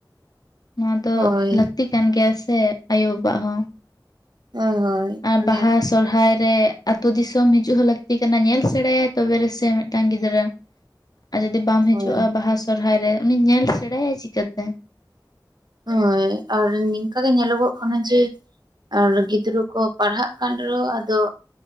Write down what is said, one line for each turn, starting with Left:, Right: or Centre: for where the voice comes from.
Left: ᱱᱚᱣᱟ ᱫᱚ
Right: ᱦᱳᱭ
Left: ᱞᱟᱹᱠᱛᱤ ᱠᱟᱱ ᱜᱮᱭᱟ ᱥᱮ ᱟᱭᱩ ᱵᱟᱵᱟᱣᱟᱜ ᱦᱚᱸ
Right: ᱦᱳᱭ ᱦᱳᱭ
Left: ᱟᱨ
Right: ᱢᱟᱱᱮ
Left: ᱵᱟᱦᱟ ᱥᱚᱨᱦᱟᱭ ᱨᱮ ᱟᱹᱛᱩ ᱫᱤᱥᱚᱢ ᱦᱤᱡᱩᱜ ᱦᱚᱸ ᱞᱟᱹᱠᱛᱤ ᱠᱟᱱᱟ ᱧᱮᱞ ᱥᱮᱬᱟᱭᱟ ᱛᱚᱵᱮ ᱨᱮᱥᱮ ᱢᱤᱫᱴᱟᱝ ᱜᱤᱫᱽᱨᱟᱹ ᱟᱨ ᱡᱩᱫᱤ ᱵᱟᱢ ᱦᱤᱡᱩᱜᱼᱟ
Right: ᱦᱳᱭ
Left: ᱵᱟᱦᱟ ᱥᱚᱨᱦᱟᱭ ᱨᱮ ᱩᱱᱤ ᱧᱮᱞ ᱥᱮᱬᱟᱭᱟᱭ ᱪᱤᱠᱟᱹᱛᱮ?
Right: ᱦᱳᱭ ᱟᱨ ᱱᱤᱝᱠᱟ ᱜᱮ ᱧᱮᱞᱚᱜᱚᱜ ᱠᱟᱱᱟ ᱡᱮ ᱟᱨ ᱜᱤᱫᱽᱨᱟᱹ ᱠᱚ ᱯᱟᱲᱦᱟᱜ ᱠᱟᱱ ᱨᱮᱦᱚᱸ ᱟᱫᱚ